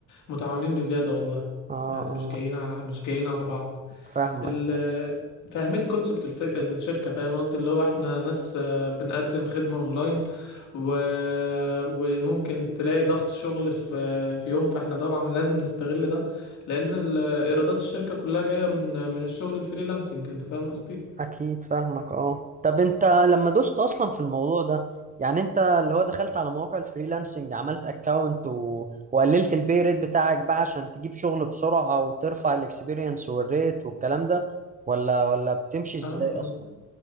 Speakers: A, on the left; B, on the right.
A: متعاونين بزيادة والله
B: اه
A: يعني
B: اه
A: مش جايين على مش جايين على بعض
B: فاهمك
A: ال...
B: فاهم.
A: فاهمين كونسبت الف... الشركة فاهم قصدي اللي هو احنا ناس آه، بنقدم خدمة اونلاين و... وممكن تلاقي ضغط شغل في في يوم فاحنا طبعا لازم نستغل ده لان ال... ايرادات الشركة كلها جاية من من الشغل الفريلانسنج انت فاهم قصدي
B: اكيد فاهمك اه طب انت لما دوست اصلا في الموضوع ده يعني انت اللي هو دخلت على مواقع الفريلانسنج عملت اكونت و... وقللت البي ريت بتاعك بقى عشان تجيب شغل بسرعة وترفع الاكسبيرينس والريت والكلام ده ولا ولا بتمشي ازاي
A: اه
B: اصلا
A: اه